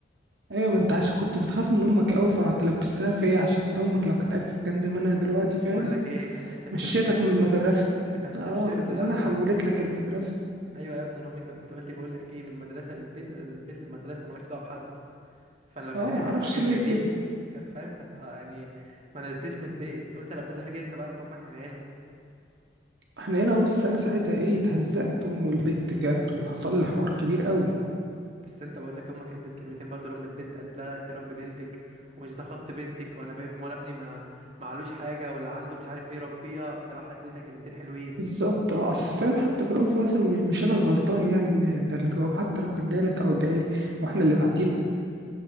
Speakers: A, on the right; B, on the right.
A: دي ايوه ما انت عشان كنت بتخاف من امك قوي فرحت لبستها فيا عشان انت امك لو كانت عرفت كان زمانها دلوقتي فاهم
B: بقول لك ايه كانت هتشبشب
A: مشيتك
B: لي
A: من المدرسة
B: كانت هتشبشب
A: اه كان
B: لي
A: زمانها
B: لا
A: حولت
B: هت-
A: لك المدرسة
B: ايوه يا ابني انا امي كانت بتقول لي بقول لك ايه من المدرسه للبيت من البيت للمدرسه مالكش دعوه بحد فانا لو كانت
A: اه
B: عرفت
A: معرفش
B: حاجه زي
A: ليه
B: دي
A: كده
B: كانت فاهم كانت آه، يعني ما نزلتنيش من البيت قلت البسها فيك انت بقى انت امك حنينه
A: احنا هنا اه بس انا ساعتها ايه اتهزقت وام البت جت وحصل لي حوار كبير قوي
B: بس انت بقول لك امك كانت اديت كلمتين برضه لام البيت قالت لا لا انت ربي بنتك ومش ده خط بنتك وانا باب وانا ابني ما معلوش حاجه ولا عنده مش عارف ايه ربيها بصراحه اديتها كلمتين حلوين
A: بالظبط اه اصل فاهم حتى في الاول وفي الاخر م- مش انا الغلطان يعني ان ده الجواب حتى لو كان جاي لك او جاي لي واحنا اللي باعتينه